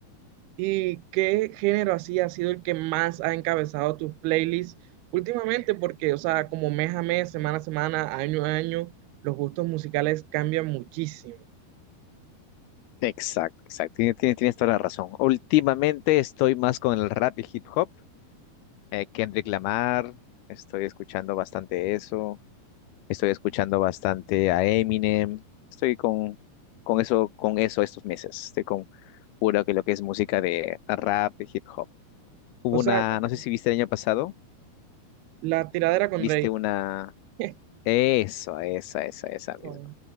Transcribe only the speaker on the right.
¿Y qué género así ha sido el que más ha encabezado tus playlists últimamente? Porque, o sea, como mes a mes, semana a semana, año a año, los gustos musicales cambian muchísimo.
O
sea, como
la tiradera con
Drake.
<laughs>
No.